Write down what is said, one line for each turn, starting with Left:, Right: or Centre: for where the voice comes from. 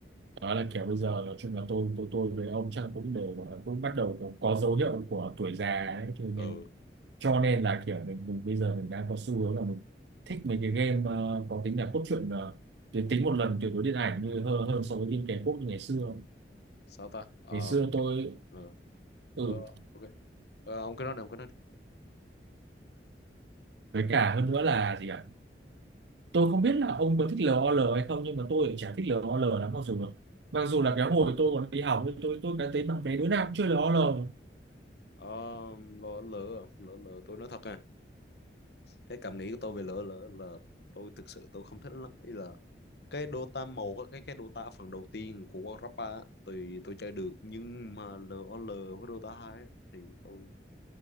Right: đó là kiểu bây giờ nói chung là tôi tôi tôi với ông chắc là cũng đều gọi là cũng bắt đầu có, có dấu hiệu của tuổi già ấy cho nên
Left: ừ
Right: cho nên là kiểu mình, mình bây giờ mình đang có xu hướng là mình thích mấy cái game ờ, có tính là cốt truyện ờ, tuyến tính một lần tuyệt đối điện ảnh như hơn, hơn so với game kẻ quốc như ngày xưa
Left: sao ta ờ
Right: ngày xưa tôi
Left: ờ
Right: ừ
Left: ờ, ok Ờ, ông cứ nói đi ông cứ nói đi
Right: với cả hơn nữa là gì ạ tôi không biết là ông có thích LOL hay không nhưng mà tôi lại chả thích LOL lắm mặc dù mặc dù là cái hồi tôi còn đi học nhưng tôi tôi cái thấy bạn bè đứa nào cũng chơi LOL
Left: ờ lỡ lỡ lỡ lỡ tôi nói thật à cái cảm nghĩ của tôi về lỡ lỡ là tôi thực sự tôi không thích lắm ý là cái Dota màu á, cái cái Dota phần đầu tiên của Warcraft 3 á, thì tôi chơi được nhưng mà LOL với Dota hai á, thì tôi